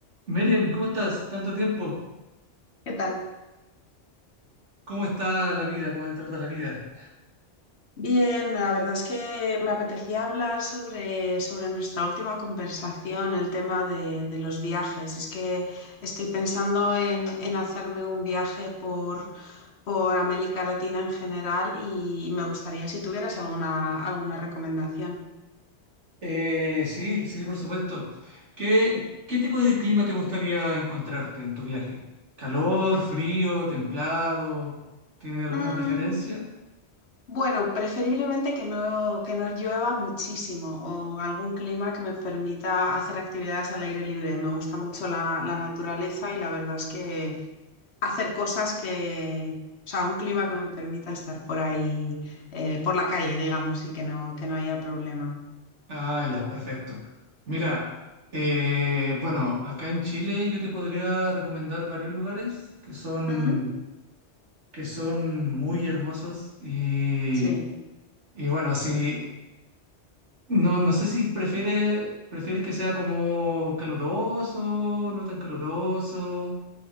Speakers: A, on the right; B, on the left.
A: Miriam, ¿cómo estás? Tanto tiempo.
B: ¿Qué tal?
A: ¿Cómo está la vida? ¿Cómo te trata la vida?
B: Bien, la verdad es que me apetecía hablar sobre, sobre nuestra última conversación, el tema de, de los viajes. Es que estoy pensando en, en hacerme un viaje por, por América Latina en general y me gustaría si tuvieras alguna, alguna recomendación.
A: Eh, sí, sí, por supuesto. ¿Qué, qué tipo de clima te gustaría encontrarte en tu viaje? ¿Calor, frío, templado? ¿Tienes alguna
B: Mm,
A: preferencia?
B: bueno, preferiblemente que no, que no llueva muchísimo o algún clima que me permita hacer actividades al aire libre. Me gusta mucho la, la naturaleza y la verdad es que hacer cosas que, o sea, un clima que me permita estar por ahí, eh, por la calle, digamos, y que no, que no haya problema.
A: Ah, ya, perfecto. Mira, eh, bueno, acá en Chile yo te podría recomendar varios lugares que son,
B: Ujú,
A: que son muy hermosos y,
B: Sí.
A: y bueno, sí. No, no sé si prefiere, prefieres que sea como caluroso, no tan caluroso.